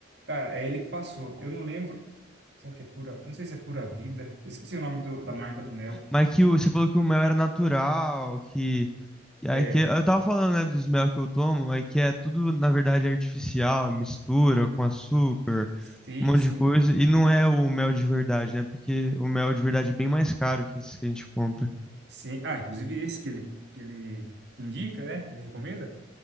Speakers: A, on the right; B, in the centre.
A: Cara, é ele que passou. Eu não lembro. Será que é pura. Eu não sei se é pura vida. Eu esqueci o nome do- da
B: Por
A: marca
B: aí,
A: do
B: né?
A: mel.
B: Mas que o- você falou que o mel era natural, que, que,
A: É.
B: aí que- eu tava falando, né, dos mel que eu tomo, aí que é tudo, na verdade, artificial, mistura com açúcar,
A: Sim,
B: um monte
A: sim.
B: de coisa, e não é o mel de verdade, né? Porque o mel de verdade é bem mais caro que esse que a gente compra.
A: Sim. Ah, inclusive esse que ele, que ele indica, né? Ele recomenda.